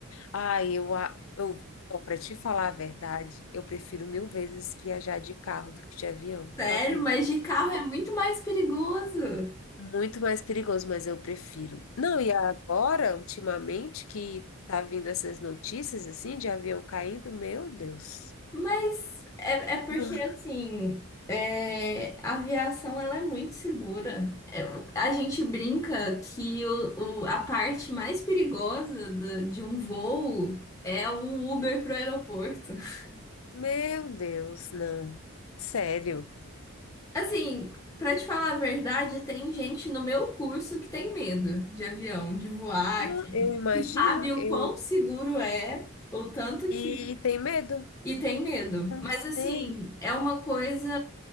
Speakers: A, on the left; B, on the left.
A: Ai, eu, a- eu, para te falar a verdade, eu prefiro mil vezes viajar de carro do que de avião.
B: Sério,
A: Tu acredita?
B: mas de carro é muito mais perigoso.
A: Muito mais perigoso, mas eu prefiro. Não, e agora, ultimamente, que tá vindo essas notícias assim de avião caindo, meu Deus.
B: Mas é, é porque,
A: Não,
B: assim, é, a aviação ela é muito segura. É, a gente brinca que o, o- a parte mais perigosa da- de um voo é o Uber pro aeroporto. <laughs>
A: Meu Deus, não. Sério.
B: Assim, pra te falar a verdade, tem gente no meu curso que tem medo de avião, de voar,
A: Não,
B: que,
A: eu imagino,
B: que sabe o
A: eu...
B: quão seguro é, o tanto
A: E,
B: que
A: e tem medo?
B: E tem medo.
A: Não
B: Mas
A: sei.
B: assim, é uma coisa.